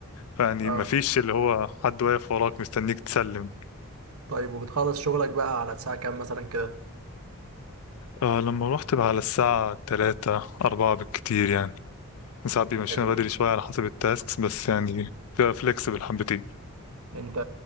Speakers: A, on the left (about 80°); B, on the right (about 75°).
A: فيعني
B: اه
A: مفيش اللي هو حد واقف وراك مستنيك تسلم
B: طيب وبتخلص شغلك بقى على الساعة كام مثلا كده
A: آه لما رحت بقى على الساعه 3 4 بالكتير يعني ساعات بيمشينا
B: حلو
A: بدري شويه على حسب التاسكس بس يعني بتبقى فليكسبل حبتين
B: انت